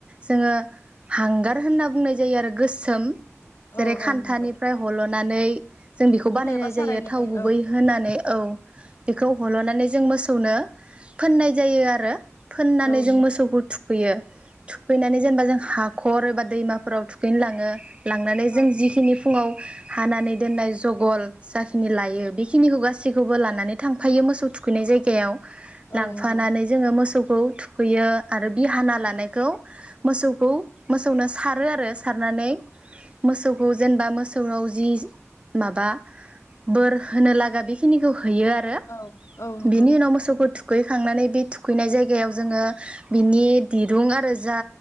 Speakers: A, on the right; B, on the left.
A: जोङो हांगार होनना बुंनाय जायो आरो गोसोम। जेरै
B: औ
A: खान्थानिफ्राय
B: औ नंगौ
A: हलन नानै खौ
B: खान्था
A: बानायनाय
B: एबा सारायनिफ्राय
A: जायो थाव गुबै
B: औ
A: होनानै औ बेखौ हल'नानै जों मोसौनो फोननाय जायो आरो। फोननानै
B: औ
A: जों
B: नोंथां
A: मोसौखौ थुखैयो। थुखैनानै जेनेबा जों हा खर एबा दैमाफोराव थुखैनोलाङो। लांनानै जों
B: औ नंगौ
A: जिखिनि फुङाव हानानै दोननाय। जगल जाखिनि लायो बेखिनिखौ गासैखौबो लानानै थांफायो मोसौ थुखैनाय जायगायाव लांफानानै
B: औ नंगौ
A: जोङो मोसौ खौ थुखैयो आरो बि हाना लानायखौ मोसौखौ मोसौनो सारो आरो सारनानै मोसौखौ जेनेबा मोसौ फोराव जि माबा बोर होनो लागा बेखिनिखौ हैयो आरो
B: औ औ नंगौ
A: बिनि उनाव मोसौखौ थुखैखांनानै बे थुखैनाय जायगायाव जोङो बिनि दिरुं आरो जा